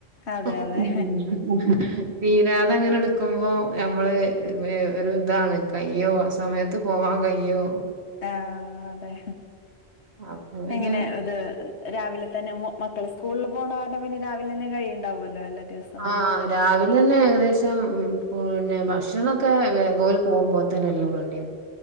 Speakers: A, on the left; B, on the right.
A: അതെ
B: <unintelligible>
A: അതെ
B: തീരാതങ്ങനെ എടുക്കുമ്പോ നമ്മള് ഒരു ഇതാണ് കയ്യോ വസ് സമയത്ത് പോവാൻ കയ്യോ
A: ആഹ് അതെ
B: അപ്പോ പിന്നെ
A: എങ്ങനെ ഇത് രാവിലെ തന്നെ മക്കള് സ്കൂളില് പോണ കാരണം പിന്നെ രാവിലെന്നെ കഴിയുണ്ടാവുല്ലേ ദിവസം
B: ആഹ് രാവിലെ തന്നെ ഏകദേശം ഉം പിന്നെ ഭക്ഷണൊക്കെ <unintelligible> പോകുമ്പോത്തെന്നെല്ലാ റെഡിയാവും